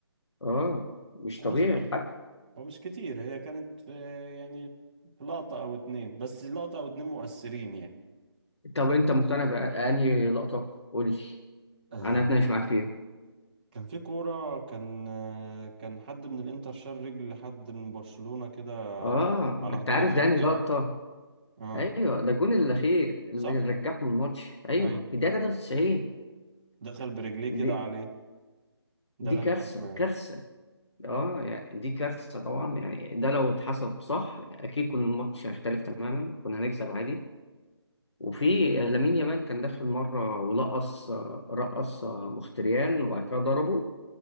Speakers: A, on the left (about 75°); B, on the right (about 20°).
A: اه مش
B: هو
A: طبيعي
B: مش
A: الحكم
B: هو مش كتير هي كانت في يعني في لقطة او اتنين بس لقطة او اتنين مؤثرين يعني
A: طب انت مقتنع بأنهي لقطة؟ قول لي
B: آه
A: انا اتناقش معاك فيها
B: كان في كورة كان آه كان حد من الانتر شال رجل لحد من برشلونة كده
A: اه
B: على على
A: ما انت
B: حدود
A: عارف
B: المنطقة
A: ده انهي لقطة؟
B: اه
A: ايوه ده الجون الاخير اللي
B: صح
A: رجعهم الماتش ايوه
B: ايوه
A: في الدقيقة 93
B: دخل برجليه كده
A: دي
B: عليه ده
A: دي
B: اللي
A: كارثة
B: انا فاكره يعني
A: كارثة اه يعني دي كارثة طبعا يعني ده لو اتحسب صح اكيد كنا الماتش هيختلف تماما كنا هنكسب عادي وفي آه، لامين يامال كان داخل مرة ولقص آه، رقص آه، مختريان وبعد كده ضربه